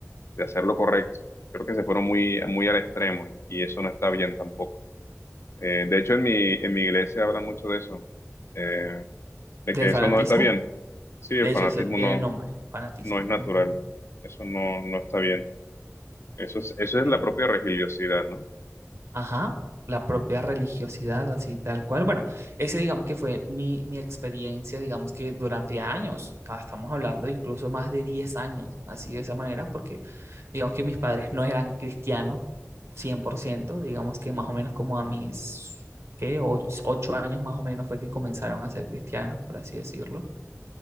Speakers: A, on the left; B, on the right.
A: de hacer lo correcto. Creo que se fueron muy, muy al extremo y, y eso no está bien tampoco. Eh, de hecho, en mi, en mi iglesia hablan mucho de eso, eh, de
B: Del
A: que
B: fanatismo.
A: eso no está bien. Sí, el
B: De
A: fanatismo
B: hecho, eso tiene
A: no
B: nombre, fanatismo.
A: no es natural.
B: Ujú,
A: Eso no, no está bien. Eso es, eso
B: ok.
A: es la propia religiosidad, ¿no?
B: Ajá, la propia religiosidad, así tal cual. Bueno, ese digamos que fue mi, mi experiencia, digamos que durante años, ah, estamos hablando incluso más de 10 años, así de esa manera, porque digamos que mis padres no eran cristianos 100%, digamos que más o menos como a mis, ¿qué? ocho ocho años más o menos fue que comenzaron a ser cristianos, por así decirlo